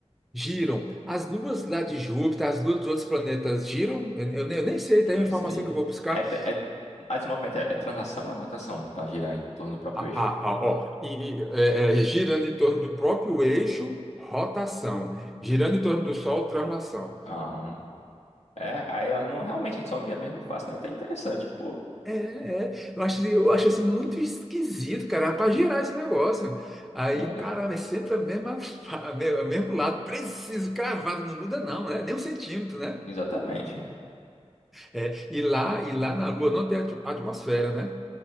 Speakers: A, in the centre; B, on the left.
A: giram. As luas lá de Júpiter, as luas dos outros planetas giram. Eu, eu nem eu nem sei,
B: Não
A: tem uma informação
B: sei.
A: que eu vou buscar.
B: É, tra- é, mas o movimento é, é translação ou é rotação pra girar em torno do próprio
A: Ah,
B: eixo?
A: ah, ah, ó, e, e, é, é, girando em torno do próprio eixo, rotação. Girando em torno do Sol, translação.
B: Ah, é, aí ela não realmente a gente só vê a mesma face, né? Até interessante, pô.
A: É, é. Eu acho, eu acho assim muito esquisito, cara, para girar esse negócio. Aí,
B: Olha,
A: cara é sempre a mesma, <laughs> a me- o mesmo lado, preciso, cravado, não muda não, né? Nem um centímetro, né?
B: exatamente.
A: É, e lá, e lá na Lua não tem atm- atmosfera, né?